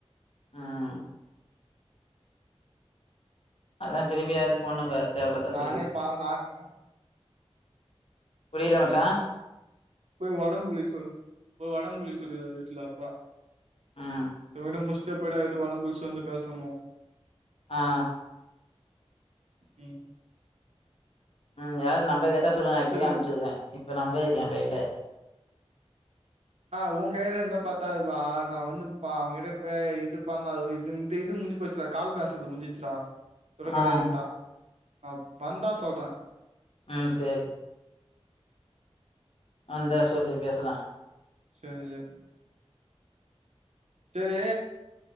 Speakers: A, on the left; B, on the right.
A: ம் அதா திருப்பி யாராது ஃபோன் நம்பராது தேவப்பட்டா
B: நானே
A: சொல்லு
B: பாவம் நான்
A: புரியுதா
B: ம்
A: மச்சா
B: போய் ஒடம்பு குளிக்க சொல் போய் ஒடம்பு குளிக்க சொல்லிறாரு வீட்ல அப்பா
A: ம்
B: இவகிட்ட முடிச்சுட்டே போய்டா எது வடம்புடிச்சு வந்து பேசணு
A: ஆ
B: ம்
A: உம் யாராது நம்பர் கேட்டா சொல்லுங்க நா இப்பயே
B: சரி
A: அனுப்பிச்சி விடுற இப்ப நம்பர் இருக்கு எய கைல
B: ஆ உங் கைல இருந்தா பத்தாது பா நா வந்து அவங்ககிட்ட இ இது பண்ணாது இது இந்த இது முஞ்சு போச்சுறா கால் பேசுறது முடிஞ்சிச்சுடா இதோட கிடையாதுன்ட்டா
A: ஆ
B: நா வந்தா சொல்ற
A: ம் சேரி வந்தா சொல்லு பேசலா
B: சேர் சேரி சேரி